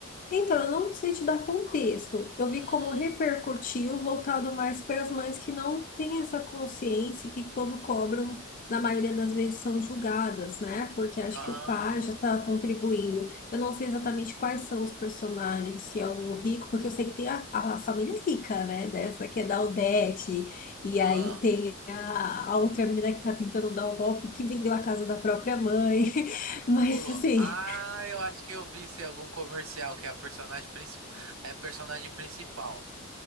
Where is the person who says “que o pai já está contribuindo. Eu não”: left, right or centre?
Left